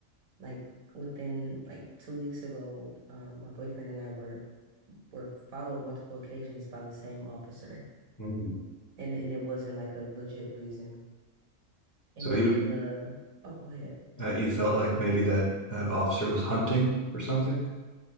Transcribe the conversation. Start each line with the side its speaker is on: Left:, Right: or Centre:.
Right: Like within like two weeks ago, um, my boyfriend and I were were followed multiple occasions by the same officer.
Left: Mm.
Right: And and it wasn't like a legit reason. And
Left: So
Right: like
Left: you
Right: in the oh, go ahead.
Left: uh, you felt like maybe that that officer was hunting or something,